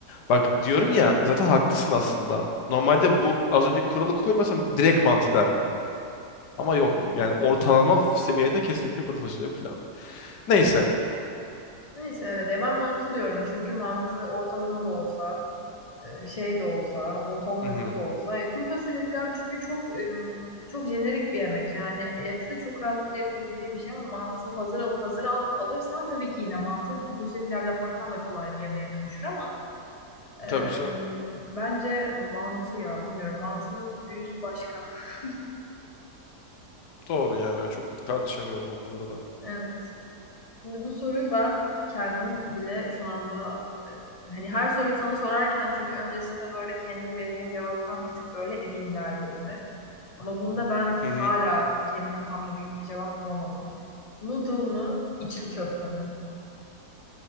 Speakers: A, on the left; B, on the left.
A: Bak diyorum ya zaten haklısın aslında. Normalde bu az önce kuralı koymasam direkt mantı derdim. Ama yok.
B: Hı hı.
A: Yani ortalama seviyede kesinlikle kuru fasulye pilav. Neyse.
B: Neyse evet ya ben mantı diyorum çünkü mantı ortalama da olsa e, şey de olsa, ortalama
A: Hı-hı.
B: üstü de olsa. E, kuru fasulye pilav çünkü çok e, çok jenerik bir yemek. Yani eti de çok rahatlıkla yapabileceğim bir şey ama mantı hazır al, hazır al, alırsan tabii ki yine mantı kuru fasulye pilav yapmaktan da kolay bir yemeğe dönüşür ama e,
A: Tabii canım.
B: bence mantı ya bilmiyorum. Mantının büyüsü başka. <laughs>
A: Doğru yani. Çok tartışamıyorum o konuda da.
B: Evet. Şimdi bu soruyu ben kendim bile şu anda e, hani her soruyu sana sorarken çünkü öncesinde böyle kendim vereceğim cevaptan bir tık böyle emin ilerliyordum hep. Ama bunda ben
A: Hı-hı.
B: hala kendi kafamda bir cevap bulamadım. Noodle mı, içli köfte mi?